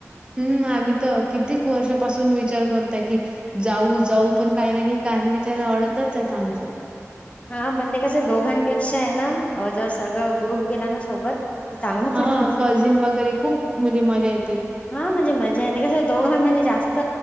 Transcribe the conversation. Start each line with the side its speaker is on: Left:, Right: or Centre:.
Right: हम् आम्ही तर कित्येक वर्षापासून विचार करतोय की जाऊ जाऊ पण काय नाही कारण्याच्या ओडतच आहेत आमच
Left: हा पण ते कस दोघांपेक्षा आहे ना जर सगळं ग्रुप गेला ना सोबत चांगलं
Right: हा
Left: पडते
Right: कझिन वगैरे खूप म्हणजे मजा येते
Left: हा म्हणजे मजा येत कस दोघा म्हणजे जास्त